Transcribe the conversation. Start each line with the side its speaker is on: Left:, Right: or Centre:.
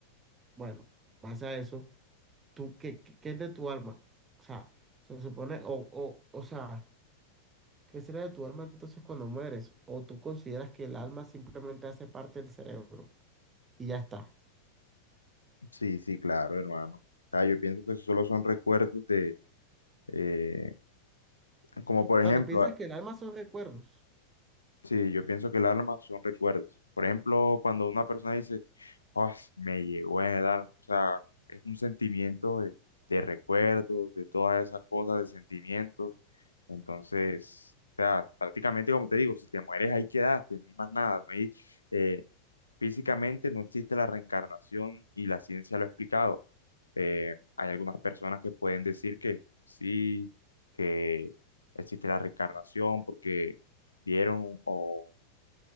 Right: Bueno, base a eso, ¿tú, qué, qué- qué es de tu alma? O sea, se supone, o, o, o sea, ¿qué será de tu alma entonces cuando mueres? ¿O tú consideras que el alma simplemente hace parte del cerebro y ya está?
Left: Sí, sí, claro, hermano. O sea, yo pienso que eso solo son recuerdos de, eh, como por
Right: O sea,
Left: ejemplo,
Right: ¿tú piensas que el alma son recuerdos?
Left: Sí, yo pienso que el alma son recuerdos. Por ejemplo, cuando una persona dice, oh, me llegó en el alma. O sea, es un sentimiento de, de recuerdos, de todas esas cosas, de sentimientos. Entonces, o sea, prácticamente como te digo, si te mueres ahí quedaste, no hay más nada. No hay, eh, físicamente no existe la reencarnación y la ciencia lo ha explicado. Eh, hay algunas personas que pueden decir que sí, que existe la reencarnación porque vieron o